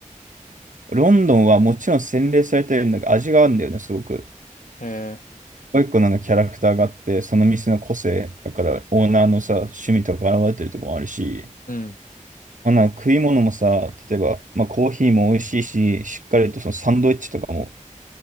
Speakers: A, on the right; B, on the left.
A: ロンドンはもちろん洗礼されてるんだけど、味があるんだよね、すごく。
B: え
A: もう一個なんかキャラクターがあって、その店の個性、だからオーナーのさ、趣味とか現れてるとこもあるし、
B: ー、うん。
A: まあ、なんか食い物もさ、例えば、まあ、コーヒーも美味しいし、しっかりとそのサンドイッチとかも